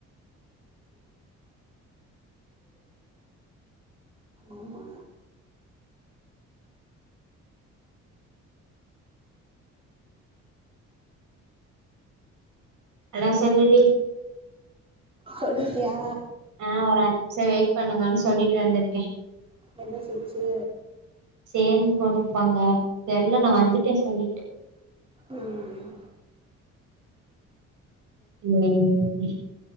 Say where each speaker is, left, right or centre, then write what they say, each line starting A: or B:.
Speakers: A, on the right; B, on the right.
A: ஆமா
B: அலோ சொல்லுடி
A: சொல்லிட்டியா
B: ஆ ஒரு அஞ்சு ம்ஷோ வெயிட் பண்ணுங்கனு சொல்லிட்டு வந்துருக்கே
A: என்ன சொல்ச்சு
B: ஏனின்னு போட்டுருப்பாங்க தெர்ல நா வந்துட்டே சொல்லிட்டு
A: ம்
B: சேரி டி